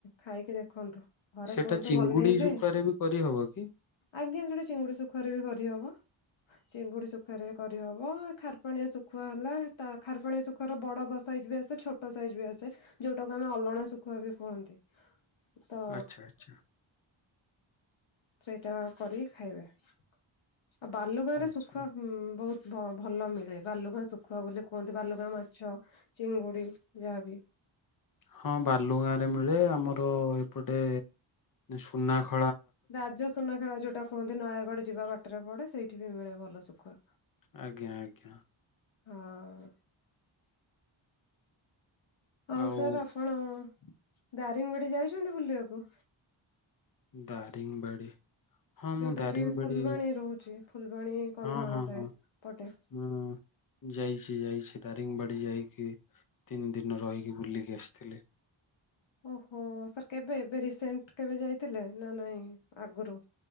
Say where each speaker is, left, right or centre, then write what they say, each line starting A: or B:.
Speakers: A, on the left (about 70°); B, on the left (about 45°).
A: ଖାଇକି ଦେଖନ୍ତୁ। ଘରେ
B: ସେଟା
A: କୁହନ୍ତୁ
B: ଚିଙ୍ଗୁଡି
A: ବନେଇବେ
B: ଶୁଖୁଆରେ ବି କରିହବ କି?
A: ଆଜ୍ଞା ସେଠି ଚିଙ୍ଗୁଡି ଶୁଖୁଆାରେ ବି କରିହବ। ଚିଙ୍ଗୁଡି ଶୁଖୁଆ କରିହବ ଖାରପାଣିଆ ଶୁଖୁଆ ହେଲା ଖାରପଣିଆ ଶୁଖୁଆାର ବଡ ସାଇଜ ବି ଆସେ ଛୋଟ ସାଇଜ ବି ଆସେ ଯୋଉଟାକୁ ଆମେ ଅଲଣା ଶୁଖୁଆ ବି କୁହନ୍ତି ତ
B: ଆଚ୍ଛା ଆଚ୍ଛା
A: ସେଇଟା କରିକି ଖାଇବେ ଆଉ ବାଲୁଗୋଆଁ ରେ
B: ଆଚ୍ଛା।
A: ଶୁଖଆ ବହୁତ ଭଲ ମିଳେ ବାଲୁଗାଁ ଶୁଖୁଆ ବୋଲି କୁହନ୍ତି ବାଲୁଗାଁ ମାଛ ଚିଙ୍ଗୁଡି ଯାହାବି
B: ହଁ ବାଲୁଗାଁ ରେ ମିଳେ ଆମର ଏପଟେ ସୁନାଖ
A: ରାଜ ସୁନାଖେଳା ଯୋଉଟା କୁହନ୍ତି ନୟାଗଡ ଯିବା ବାଟରେ ପଡେ ସେଇଟା ଏଠି ବି ମିଳେ ଭଲ ସୁଖ
B: ଆଜ୍ଞା ଆଜ୍ଞା
A: ହଁ ହଉ
B: ଆଉ
A: ସାର୍ ଆପଣ ଦାରିଙ୍ଗିବଡି ଯାଇଛନ୍ତି ବୁଲିବାକୁ
B: ଦାରିଙ୍ଗିବଡି ହଁ
A: ଯୋଉଟା
B: ମୁଁ ଦାରିଙ୍ଗବାଡି
A: କି ଫୁଲବାଣୀ ରହୁଛି ଫୁଲବାଣୀ କନ୍ଧମାଳ
B: ହଁ ହଁ
A: ସେ
B: ହଁ
A: ପଟେ
B: ମୁଁ ଯାଇଛି ଯାଇଛି ଦାରି ଦରୀଙ୍ଗିବାଡ଼ି ଯାଇକି ତିନି ଦିନ ରହିକି ବୁଲିକି ଆସିଥିଲେ
A: ଓହୋ ସାର୍ କେବେ ଏବେ ରିସେଣ୍ଟ କେବେ ଯାଇଥିଲେ? ନା, ନାହିଁ ଆଗୁରୁ।